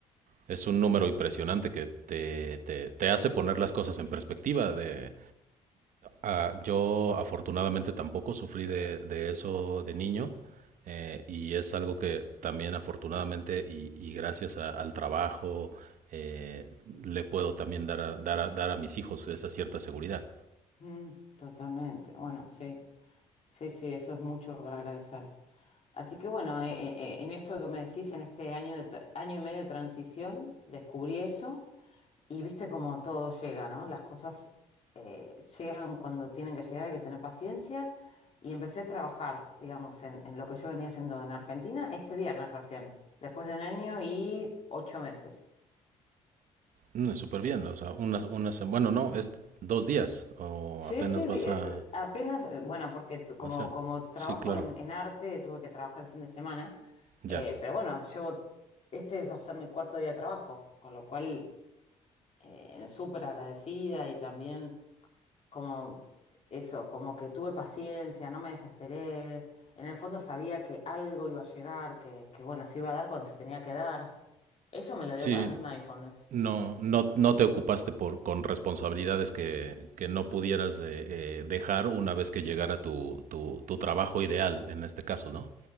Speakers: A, on the right; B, on the left.
A: Es un número impresionante que te, te, te hace poner las cosas en perspectiva de, Ah, yo afortunadamente tampoco sufrí de, de eso de niño eh, y es algo que también afortunadamente y, y gracias a- al trabajo eh, le puedo también dar a, dar a, dar a mis hijos esa cierta seguridad.
B: Mm, totalmente, bueno, sí. Sí, sí, eso es mucho para agradecer. Así que bueno, eh, eh, eh, en esto que me decís, en este año, de tra- año y medio de transición, descubrí eso y viste cómo todo llega, ¿no? Las cosas eh, llegan cuando tienen que llegar, hay que tener paciencia y empecé a trabajar, digamos, en, en lo que yo venía haciendo en Argentina este viernes recién, después de un año y ocho meses.
A: Mm, súper bien, o sea, unas, unas, bueno, no, es dos días o
B: Sí,
A: apenas
B: sí, vi-
A: vas
B: eh,
A: a,
B: apenas, eh, bueno, porque tu- como,
A: o sea,
B: como trabajo
A: sí, claro,
B: en, en arte, tuve que trabajar el fin de semana,
A: ya.
B: eh, pero bueno, llevo, este va a ser mi cuarto día de trabajo, con lo cual eh, súper agradecida y también como eso, como que tuve paciencia, no me desesperé, en el fondo sabía que algo iba a llegar, que, que bueno, se iba a dar cuando se tenía que dar. Eso me lo dio
A: Sí,
B: para mí mindfulness.
A: No, no, no te ocupaste por, con responsabilidades que, que no pudieras eh, eh, dejar una vez que llegara tu, tu, tu trabajo ideal, en este caso, ¿no?